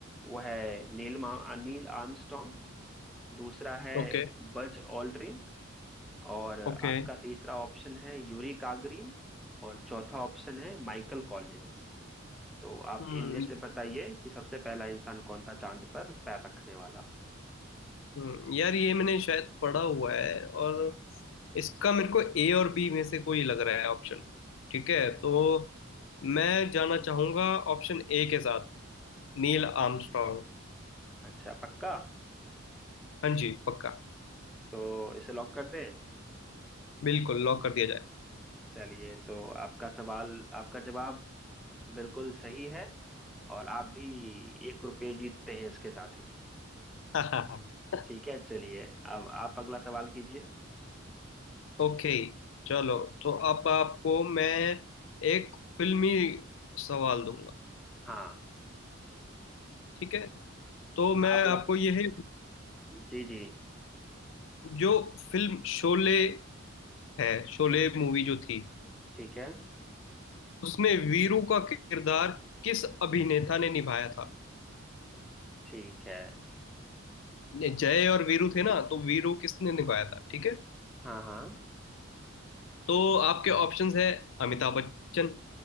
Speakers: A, in the centre; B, on the left.
A: वो है नील मा, नील आर्मस्ट्रॉन्ग दूसरा है
B: ओके
A: बज ऑल्ड्रिन और
B: ओके
A: आपका तीसरा ऑप्शन है यूरी गागरिन और चौथा ऑप्शन है माइकल कॉलिंस तो आप
B: हम्म
A: इनमें से बताइए कि सबसे पहला इंसान कौन था चांद पर पैर रखने वाला
B: हम्म, यार ये मैंने शायद पढ़ा हुआ है और इसका मेरे को ए और बी में से कोई लग रहा है ऑप्शन ठीक है तो मैं जाना चाहूंगा ऑप्शन ए के साथ नील आर्मस्ट्रॉन्ग
A: अच्छा पक्का
B: हाँ जी पक्का
A: तो इसे लॉक कर दें
B: बिल्कुल लॉक कर दिया जाए
A: चलिए तो आपका सवाल आपका जवाब बिल्कुल सही है और आप भी एक रुपये जीतते हैं इसके साथ ही
B: <laughs>
A: ठीक है चलिए अब आप अगला सवाल कीजिए
B: ओके चलो तो अब आपको मैं एक फिल्मी सवाल दूंगा
A: हाँ
B: ठीक है तो मैं
A: आप लग
B: आपको ये है
A: जी जी
B: जो फिल्म शोले है शोले मूवी जो थी
A: ठीक है
B: उसमें वीरू का किरदार किस अभिनेता ने निभाया था
A: ठीक है
B: ये जय और वीरू थे ना तो वीरू किसने निभाया था ठीक है
A: हाँ हाँ
B: तो आपके ऑप्शंस है अमिताभ बच्चन